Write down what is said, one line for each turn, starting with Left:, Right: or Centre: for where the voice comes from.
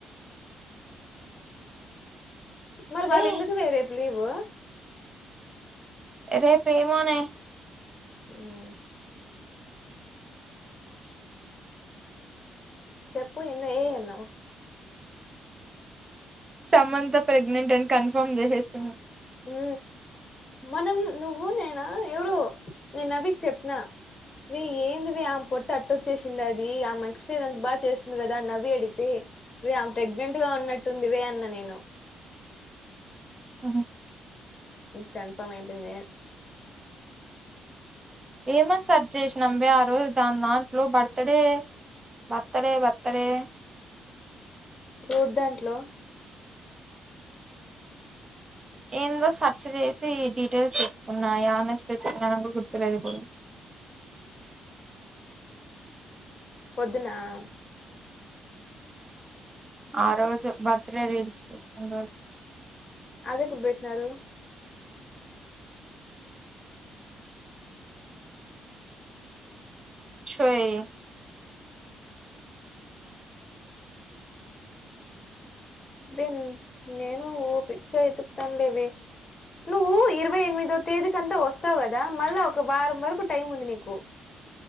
Left: వే వాళ్ళు
Right: రే
Left: ఎందుకు వే రేపు లీవు
Right: రేప ఏమోనే
Left: ఆ చెప్పు ఇంగ ఏమన్నావు
Right: సమంత ప్రెగ్నెంట్ అని కన్ఫర్మ్ చేసేసాను
Left: ఉ మనం నువ్వు నేనా ఎవరు నేను నవికి చెప్పిన వే ఏందివే ఆమె పొట్ట అట్టొచ్చేసుండాది అది ఆమె ఎక్సర్సైజ్ అంత బాగా చేస్తుంది కదా నవ్య అడిగితే ప్రెగ్నెంట్ గా ఉన్నట్టుంది వే అన్న నేను
Right: అహ
Left: కన్ఫర్మ్ ఐపోయింది
Right: ఏమని సర్జ్ చేసినం వే ఆ రోజు దాని దాంట్లో birthday birth day birth day
Left: ఎవరి దాంట్లో
Right: ఏందో సర్చ చేసి డీటెయిల్స్ చెసుకున్నా యన్న గుర్తులేదు
Left: <unintelligible>
Right: ఆ రోజు బర్త్డే రీల్స్ తీసిన రోజు
Left: అది ఎప్పుడు పెట్టినారు
Right: షో ఇ
Left: విన్ నేను ఓపిగా ఎతుకుతాను లేవ నువ్వు ఇరవై ఎనిమిదో తేదీకి అంతా వస్తావు కదా మళ్ళా ఒక వారం వరకు టైం ఉంది నీకు